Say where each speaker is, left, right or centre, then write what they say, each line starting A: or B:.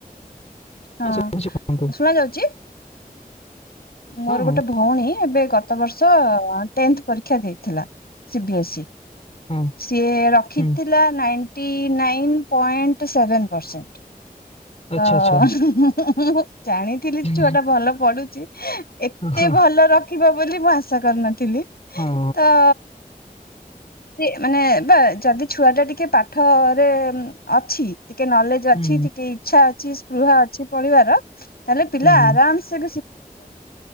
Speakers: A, on the left; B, on the left.
A: ହଁ
B: ଶୁଭୁଛି କୁହନ୍ତୁ
A: ଶୁଣାଯାଉଚି? ମୋର
B: ହଁ ହଁ
A: ଗୋଟେ ଭଉଣୀ ଏବେ ଗତ ବର୍ଷ ଟେନ୍ଥ୍ ପରୀକ୍ଷା ଦେଇଥିଲା ସି ବି ଏସ୍ ଇ।
B: ହଁ
A: ସିଏ ରଖିଥିଲା
B: ହୁଁ
A: ninety nine point seven percent. ତ
B: ଆଚ୍ଛା ଆଚ୍ଛା
A: ମୁଁ ଜାଣିଥିଲି ଛୁଆଟା
B: ହଁ
A: ଭଲ ପଢୁଚି ଏତ୍ ତେ
B: ହଁ ହଁ,
A: ଭଲ ରଖିବ ବୋଲି ମୁଁ ଆଶା କରିନଥିଲି।
B: ହଁ
A: ତ ସିଏ ମାନେ ବା ଯଦି ଛୁଆଟା ଟିକେ ପାଠରେ ଅଛି ଟିକେ ନଲେଜ୍ ଯେ ଅଛି
B: ହୁଁ ହୁଁ
A: ଟିକେ ଇଛା ଅଛି ସ୍ପୃହା ଅଛି ପଢିବାର ତାହେଲେ ପିଲା
B: ହୁଁ ହୁଁ
A: ଆରାମସେ <inaudible>